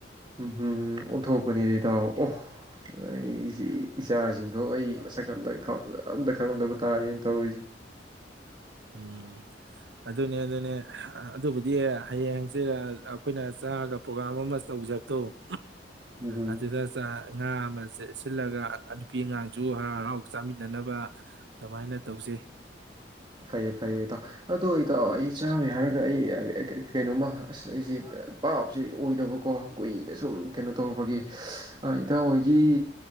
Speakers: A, on the right (about 25°); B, on the right (about 70°).
A: ꯎꯝ ꯍꯝ ꯑꯣꯟꯊꯣꯛꯄꯅꯤꯗꯤ ꯏꯇꯥꯎ ꯑꯣ ꯑꯩ ꯏꯆꯥꯁꯤꯡꯗꯣ ꯑꯩ ꯃꯁꯛ ꯑꯇ ꯑꯝꯇ ꯈꯪꯉꯝꯗꯕ ꯇꯥꯔꯦꯅ ꯇꯧꯔꯤꯁꯦ
B: ꯎꯝ ꯑꯗꯨꯅꯦ ꯑꯗꯨꯅꯦ ꯑꯗꯨꯕꯨꯗꯤ ꯍꯌꯦꯡ ꯍꯪꯆꯤꯠ ꯑꯩꯈꯣꯏꯅ ꯆꯥꯔꯒ ꯄ꯭ꯔꯣꯒꯥꯝ ꯑꯃ ꯇꯧꯖꯕꯗꯣ
A: ꯎꯝ ꯍꯨꯝ
B: ꯑꯗꯨꯗ ꯆ ꯉꯥ ꯑꯃ ꯆꯦ ꯁꯤꯜꯂꯒ ꯅꯨꯄꯤ ꯑꯉꯥꯡꯁꯨ ꯍꯔꯥꯎ ꯍꯔꯥꯎ ꯆꯥꯃꯤꯟꯅꯅꯕ ꯑꯗꯨꯃꯥꯏꯅ ꯇꯧꯖꯦ
A: ꯐꯩꯌꯦ ꯐꯩꯌꯦ ꯏꯇꯥꯎ ꯑꯗꯣ ꯏꯇꯥꯎ ꯑꯩ ꯆꯥꯕꯩ ꯍꯥꯏꯔꯒ ꯑꯩ ꯀꯩꯅꯣꯃ ꯑꯁ ꯑꯩꯁꯦ ꯄꯥꯞꯁꯦ ꯑꯣꯏꯗꯕꯀꯣ ꯀꯨꯏꯅ ꯁꯨꯝ ꯀꯩꯅꯣ ꯇꯧꯔꯨꯔꯕꯒꯤ ꯏꯇꯥꯎꯍꯣꯏꯒꯤ